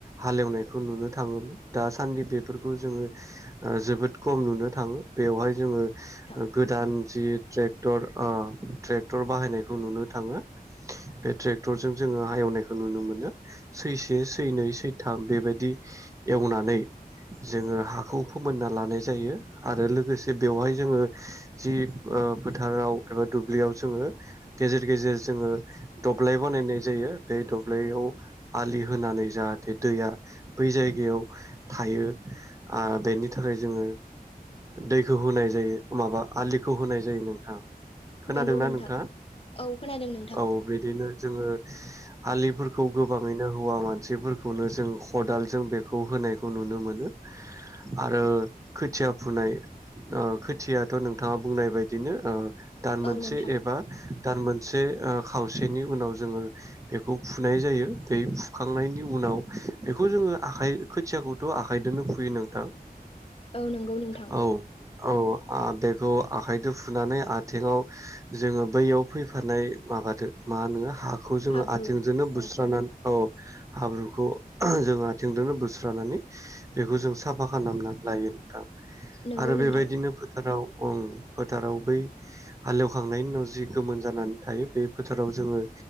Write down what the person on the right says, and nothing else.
हालेवनायखौ नुनो थाङोमोन दासान्दि बेफोरखौ जोङो ओ जोबोद खम नुनो थाङो। बेवहाय जोङो
गोदान जि ट्रेक्टर ओ ट्रेक क्टर बाहायनायखौ नुनो थाङो। बे ट्रेक्टरजों जोङो एवनायखौ नुनो मोनो सै से सै नै सैथाम बेबायदि एवनानै जोङो हा बे खौ फोमोनना लानाय जायो आरो लोगोसे बेवहाय जोङो जि ओ फोथाराव एबा दुब्लियाव जोङो गेजेर गेजेर जोङो दब्लाय बानायनाय जायो बे दब्लायाव आलि होनानै जाहाथे दैया बै जायगायाव थायो। आ बेनि थाखाय जोङो दैखौ होनाय जायो माबा आलि खौ होनाय जायो नोंथां। खोनादोंना
नोंथांङा
औ बिदिनो जोङो आलिफोरखौ गो गोबाङैनो हौवा मानसिफोरखौनो जों खदालजों बेखौ होनायखौ नुनो मोनो। आरो खोथिया फुनाय ओ खोथियाथ नोंथां बुंनाय बायदि बिदिनो दान मोनसे
एबा दान मोनसे खावसेनि उनाव जोङो। बेखौ फुनाय जायो बे फु खांनायनि उनाव बेखौ जोङो आखाइ खोथियाखौथ आखाइजोंनो फु बे नोंथां
औ औ बेखौ आखाइजों फुनानै आथिङाव जोङो बैयाव फैफानाय माबादो मा होनो हा खौ जोङो
आथिंजोंनो बुस्रानानै
औ हाब्रुखौ जों आथिंजोंनो बोस्रानानै बेखौ जों साफा खालामना लायो नोंथां।
आरो बेबायदिनो
फोथाराव गं फोथाराव बै हालेवखांनायनि उनाव जि गोमोन जानानै थायो बे फोथाराव जोङो